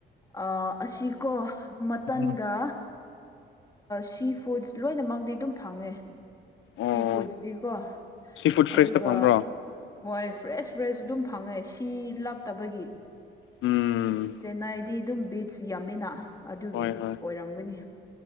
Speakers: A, on the left; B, on the left.
A: ꯑ ꯑꯁꯤꯀꯣ ꯃꯇꯝꯒ
B: ꯎꯝ
A: ꯁꯤ ꯐꯨꯗꯁ ꯂꯣꯏꯅꯃꯗꯤꯤ ꯑꯗꯨꯝ ꯐꯪꯉꯦ
B: ꯑꯣ
A: ꯁꯤ ꯐꯨꯗꯁꯤꯀꯣ
B: ꯁꯤ ꯐꯨꯗ ꯐ꯭ꯔꯦꯁꯇ
A: ꯑꯗꯨꯒ
B: ꯐꯪꯕ꯭ꯔꯣ
A: ꯍꯣꯏ ꯐ꯭ꯔꯦꯁ ꯐ꯭ꯔꯦꯁ ꯑꯗꯨꯝ ꯐꯪꯉꯦ ꯁꯤ ꯂꯥꯞꯇꯕꯒꯤ
B: ꯎꯝ
A: ꯆꯦꯟꯅꯥꯏꯗꯤ ꯑꯗꯨꯝ ꯕꯤꯠꯆ ꯌꯥꯝꯃꯤꯅ ꯑꯗꯨꯒꯤ
B: ꯍꯣꯏ
A: ꯑꯣꯏꯔꯝꯒꯅꯤ
B: ꯍꯣꯏ